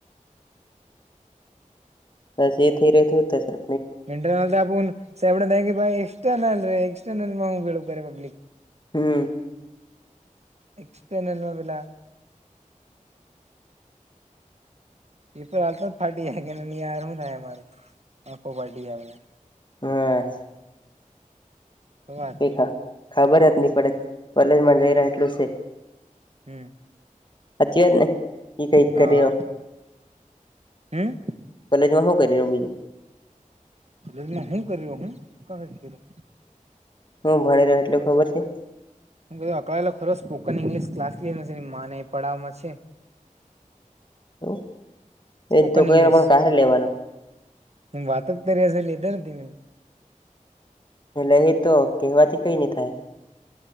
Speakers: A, on the left; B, on the right.
A: બસ એ થઈ રહેતું તો સર.
B: ઇન્ટરનલ તો આપ સેબડ કે ભાઈ એક્સટર્નલ રે એક્સટર્નલમાં <unintelligible> કરે પબ્લિક.
A: હમ.
B: એક્સટર્નલમાં <unintelligible> પેપર હાલતો ફાટી કે ની હારું ના અમારું આંખો ફાટી.
A: હા.
B: શું વાત હે
A: ખા ખબર જ નહી પડે કોલેજમાં જઈ રહ્યા એટલું છે.
B: હમ
A: સાચી વાત ને એ કઈક
B: હા
A: કરીયો.
B: હમ.
A: કોલેજમાં શું કરી રહ્યો બીજું.
B: એ શું કર્યો હું ક્યો.
A: હું ભણી રહ્યો એટલું ખબર છે.
B: હધ અકળેલો ખરો સ્પકન ઈંગ્લિશ ક્લાસ લઈને માને એ પડાવવામાં છે.
A: <inaudible>
B: સ્પોકન
A: ક પણ
B: ઇંગ્લિશ
A: કારે લેવાનો
B: વાત જ કરીયા લીધા તમે.
A: <unintelligible> તો કહેવાથી કઈ નઈ થાય.